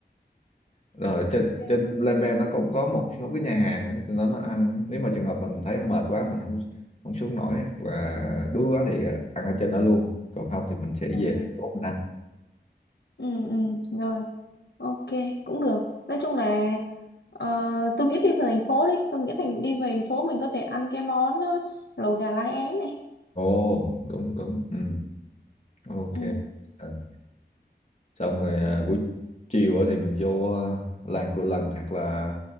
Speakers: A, on the left (about 40°); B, on the left (about 75°).
A: rồi trên
B: Ok.
A: trên Lembe nó cũng có một số cái nhà hàng á, nó nó ăn nếu mà trường hợp mà mình thấy nó mệt quá mình không không xuống nổi hoặc là đuối quá thì à, ăn ở trên đó luôn còn không thì mình sẽ về
B: ừ.
A: thành phố mình ăn
B: ừ ừ rồi ok cũng được nói chung là ờ, tôi nghĩ đi về thành phố đi tôi nghĩ thành đi về thành phố mình có thể ăn cái món ờ, lẩu gà lá é này
A: ồ đúng đúng ừ ok
B: ừ
A: Ờ, xong rồi à, buổi chiều á thì mình vô à, làng Cù Lần hoặc là